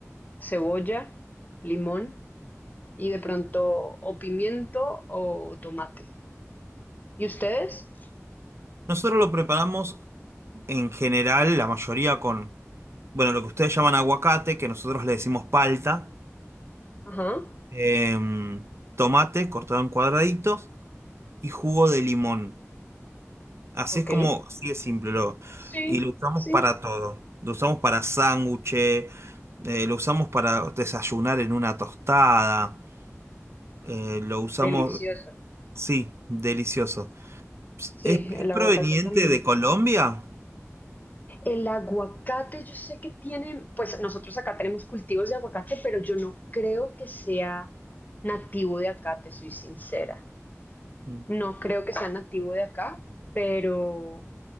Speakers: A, on the left; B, on the right.
A: cebolla, limón y de pronto o pimiento o tomate. ¿Y ustedes?
B: Nosotros lo preparamos en general, la mayoría con, bueno, lo que ustedes llaman aguacate, que nosotros le decimos palta,
A: Ajá,
B: em, tomate cortado en cuadraditos y jugo de limón. Así
A: ok.
B: es como, así es simple. Lo,
A: Sí,
B: y lo usamos
A: sí.
B: para todo. Lo usamos para sándwiches, eh, lo usamos para desayunar en una tostada, eh, lo usamos,
A: Delicioso.
B: sí, delicioso. ¿Es,
A: Sí,
B: es
A: el aguacate
B: proveniente
A: también.
B: de
A: es
B: Colombia?
A: del- El aguacate, yo sé que tienen, pues nosotros acá tenemos cultivos de aguacate, pero yo no creo que sea nativo de acá, te soy sincera.
B: Mm,
A: No creo que sea nativo de acá, pero